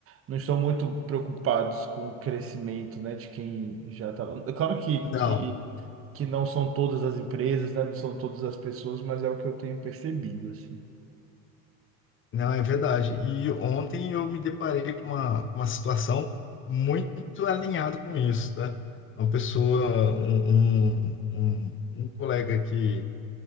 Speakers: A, on the right; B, on the left.
A: não estão muito preocupados com o crescimento, né, de quem já está lá. É Claro que,
B: não,
A: que, que não são todas as empresas, né, não são todas as pessoas, mas é o que eu tenho percebido, assim.
B: não é verdade. E ontem eu me deparei com uma, com uma situação muito alinhada com isso, tá? Uma pessoa, um, um, um um colega que